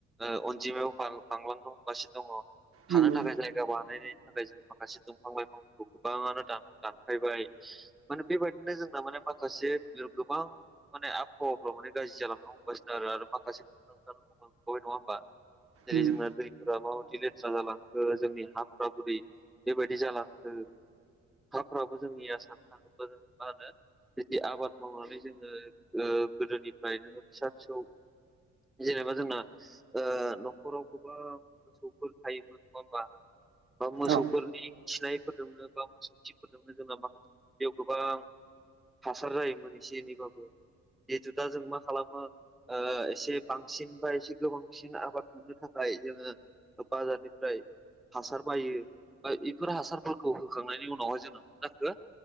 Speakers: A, in the centre; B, on the right.
A: ओ अनजिमायाव बांलांनो दङ
B: नंगौ
A: थाखाय जायगा बानायनायनि थाखाय जों माखासे दंफां लाइफांफोरखौ गोबाङानो दा-दानफायबाय माने बेबायदिनो जोंना माने माखासे गोबां माने आबहावाफ्रा अनेग गाज्रि जालांनो हमगासिनो आरो माखासे मोनबाय नङा होमबा जेरै
B: उम
A: जोंना दैफोरा माबायदि लेथ्रा जालांखो जोंनि हाफ्रा बोरै बेबायदि जालांखो <unintelligible> फ्राबो जोंनिया सान थाङोबा जों मा होनो बिदि आबाद मावनानै जोङो ओ गोदोनिफ्रायनो फिसा फिसौ जेनेबा जोंना ओ नखराव गोबां मोसौफोर थायोमोन नङा होमबा बा मोसौ
B: औ
A: नि खिनायफोरजोंनो बा मोसौ खिफोरजोंनो जोंना माखासे बेयाव गोबां हासार जायोमोन एसे एनैबाबो जिहेथु दा जों मा खालामो एसे बांसिन बा एसे गोबांसिन आबाद मोननो थाखाय जोङो बाजारनिफ्राय हासार बायो बा इफोर हासारफोरखौ होखांनायनि उनावहाय जोङो मा जाखो